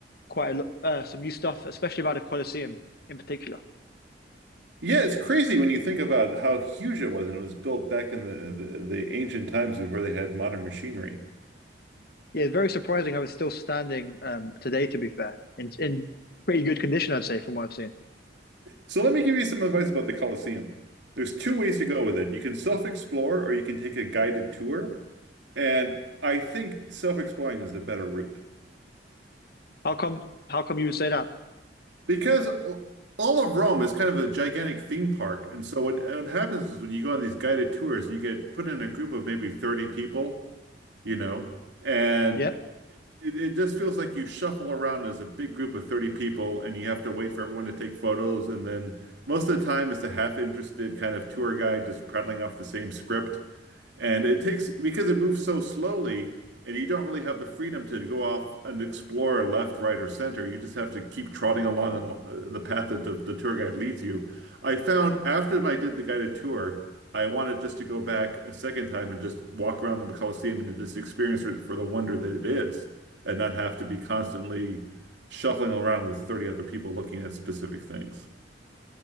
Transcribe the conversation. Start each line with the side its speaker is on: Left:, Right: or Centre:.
Left: quite a, lo- uh, some new stuff, especially about the Colosseum in particular.
Right: Yeah, it's crazy when you think about how huge it was, and it was built back in the the, the ancient times before they had modern machinery.
Left: Yeah, very surprising how it's still standing um, today, to be fair. In in pretty good condition, I'd say, from what I've seen.
Right: So let me give you some advice about the Colosseum. There's two ways to go with it. You can self-explore or you can take a guided tour. And I think self-exploring is the better route
Left: How come how come you would say that?
Right: because all of Rome is kind of a gigantic theme park. And so what, what happens is when you go on these guided tours, you get put in a group of maybe 30 people, you know, and
Left: Yeah.
Right: It, it just feels like you shuffle around as a big group of 30 people and you have to wait for everyone to take photos. And then most of the time, it's a half interested kind of tour guide just prattling off the same script. And it takes because it moves so slowly, and you don't really have the freedom to go off and explore left, right, or center. You just have to keep trotting along in, uh, the path that the, the tour guide leads you. I found after I did the guided tour, I wanted just to go back a second time and just walk around the Colosseum and just experience it for the wonder that it is, and not have to be constantly shuffling around with 30 other people looking at specific things.